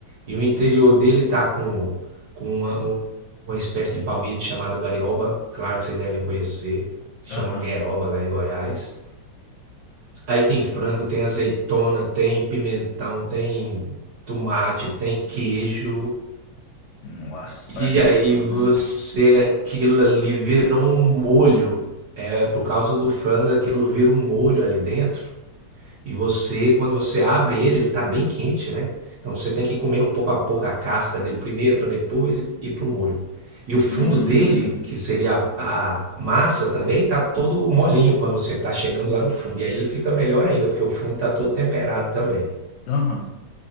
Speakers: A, on the right; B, on the left.
A: e o interior dele tá com, com uma, um- uma espécie de palmito chamada guariroba, claro que vocês devem conhecer, chamam
B: Aham.
A: gueroba lá em Goiás. Aí tem frango, tem azeitona, tem pimentão, tem tomate, tem queijo.
B: Nossa, parece
A: E aí
B: gostoso,
A: você,
B: hein?
A: aquilo ali vira um molho. É, por causa do frango, aquilo vira um molho ali dentro. E você, quando você abre ele, ele está bem quente, né? Então você tem que ir comendo pouco a pouco a casca dele primeiro, para depois ir ir pro molho. E o fundo
B: Hum.
A: dele, que seria a, a massa também, tá todo molinho quando você tá chegando lá no fundo. E aí ele fica melhor ainda, porque o fundo tá todo temperado também.
B: Aham.